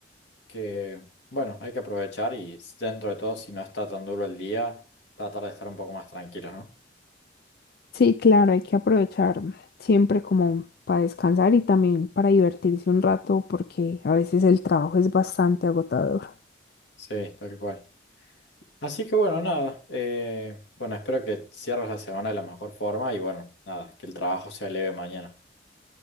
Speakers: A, on the left (about 80°); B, on the left (about 55°).
A: que, bueno, hay que aprovechar y dentro de todo, si no está tan duro el día, tratar de estar un poco más tranquilos, ¿no?
B: Sí, claro, hay que aprovechar siempre como para descansar y también para divertirse un rato porque a veces el trabajo es bastante agotador.
A: Sí, tal que cual. Así que bueno, nada, eh, bueno, espero que cierres la semana de la mejor forma y bueno, nada, que el trabajo sea leve mañana.